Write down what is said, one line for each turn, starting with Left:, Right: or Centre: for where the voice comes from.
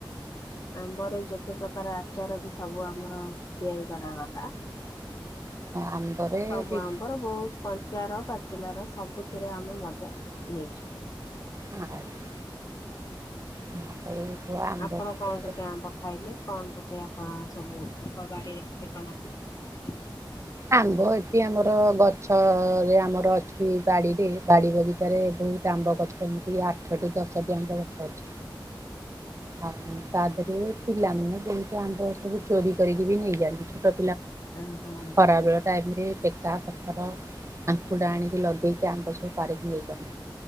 Left: ଆମ୍ବର ଏଇ ଯେତେ ପ୍ରକାର ଆଚାର ବି ସବୁ ଆମର ତିଆରି କରାଗଲା।
Right: ଆମ୍ବରେ
Left: ସବୁ
Right: ବି
Left: ଆମ୍ୱର ବହୁତ କ ଚାର ପାଚିଲାର ସବୁଥିରେ ଆମେ ମଜା ନେଇଛୁ।
Right: ଆଜ୍ଞା। <inaudible> ଆମ୍ବ
Left: ଆପଣ କଣ କେତେ ଆମ୍ବ ଖାଇଲେ କଣ କେତେ ଆ ହଁ ସବୁ ଗାଡିରେ କେତେ ଙ୍କ ଆମ୍ବ ରଖିଲ?
Right: ଆମ୍ୱ ଏଠି ଆମର ଗ ଛରେ ଆମର ଅଛି ବାଡିରେ ବାଡି ବଗିଚାରେ ବହୁତ ଆମ୍ବ ଗଛ ଏମିତି ଆଠଟି। ତଟି ଆମ୍ୱ ଗଛ ଅଛି। ହ ତା ଦେହରେ ପିଲାମାନେ ବହୁତ ଆମ୍ବ ସବୁ ଚୋରି କରିକି ବି ନେଇଯାଆନ୍ତି। ଛୋଟ
Left: ଉଁ ହୁଁ।
Right: ଖରାବେଳ ଟାଇମ ରେ ଟେକା, ପଥର, ଆଙ୍କୁୁଡା ଆଣିକି ଲଗେଇକି ଆମ୍ୱ ପାରିକି ନେଇ ଯାଆନ୍ତି।